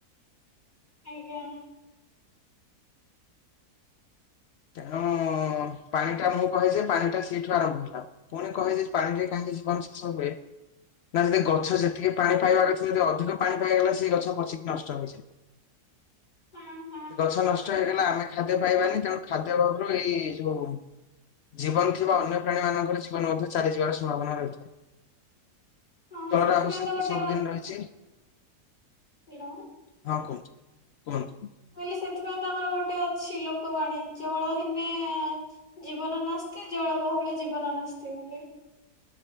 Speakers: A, on the left (about 25°); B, on the left (about 80°).
A: ଆଜ୍ଞା।
B: ତେଣୁ-ଉଁ ପାଣି ଟା ମୁଁ କହେ ଯେ, ପାଣି ଟା ସେଇଠୁ ଆରମ୍ଭ ହେଲା। ପୁଣି କହେ ଯେ, ପାଣି ଟା କାହିଁକି <unintelligible> ଶେଷ ହୁଏ। ନା, ଯଦି ଗଛ ଯେତିକି ପାଣି ପାଇବାର ଅଛି, ଯଦି ଅଧିକ ପାଣି ପାଇଗଲା ସେଇ ଗଛ ପଚିକି ନଷ୍ଟ ହେଇଯାଏ।
A: ହଁ ହଁ
B: ସେ ଗଛ ନଷ୍ଟ ହେଇଗଲା। ଆମେ ଖାଦ୍ୟ ପାଇବାନି। ତେଣୁ ଖାଦ୍ୟ ଅଭାବରୁ ଏଇ ଯୋଉ ଜୀବନ ଥିବା ଅନ୍ୟ ପ୍ରାଣୀ ମାନଙ୍କର ଜୀବନ ମଧ୍ୟ ଚାଲିଯିବାର ସମ୍ଭାବନା ରହି ଜଳ
A: ହଁ ସେଥିପାଇଁ
B: ର ଆବଶ୍ୟକତା
A: ତ ଗୋଟେ
B: ସବୁଦିନ ରହିଛି।
A: ହେଁ ଲୋଁ।
B: ହଁ, କୁହନ୍ତୁ, କୁହନ୍ତୁ।
A: ବୋଇିଲେ ସେଥିପାଇଁ ତ ଆମର ଗୋଟେ ଅଛି, ଲୋକବାଣୀ, ଜଳହୀନେ-ଏ ଜୀବନ ନାସ୍ତି ଜଳବହୁଳ ଜୀବନ ନାସ୍ତି ବୋଲି।